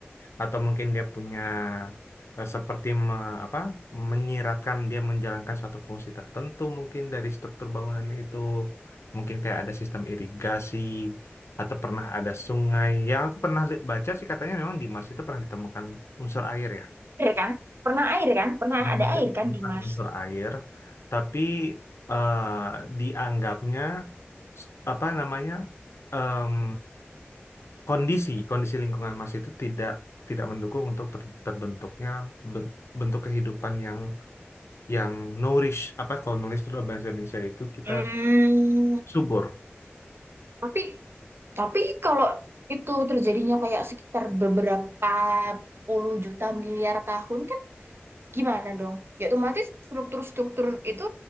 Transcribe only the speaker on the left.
atau mungkin dia punya eh, seperti me- apa menyiratkan dia menjalankan suatu fungsi tertentu mungkin dari struktur bangunan itu. Mungkin kayak ada sistem irigasi atau pernah ada sungai. Yang aku pernah li- baca sih katanya memang di Mars itu pernah ditemukan unsur air ya.
Belum
ada
ditemukan
unsur air, tapi eh, dianggapnya s- apa namanya em, kondisi kondisi lingkungan Mas itu tidak tidak mendukung untuk ter- terbentuknya ben- bentuk kehidupan yang yang nourish apa kalau nulis itu dalam bahasa Indonesia itu kita
subur